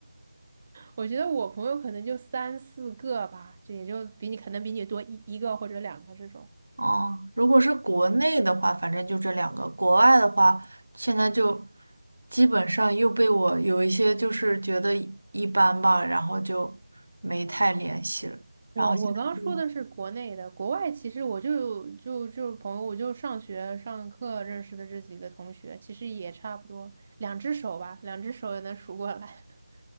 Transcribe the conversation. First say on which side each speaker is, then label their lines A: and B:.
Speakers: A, on the right; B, on the right.
A: 我觉得我朋友可能就三四个吧，就也就比你可能比你多一一个或者两个这种。
B: 哦，如果是国内的话，反正就这两个；国外的话，现在就基本上又被我有一些就是觉得一般吧，然后就没太联系了。然后现在就
A: 我我刚刚说的是国内的，国外其实我就就就朋友，我就上学上课认识的这几个同学，其实也差不多两只手吧，两只手也能数过来。<laughs>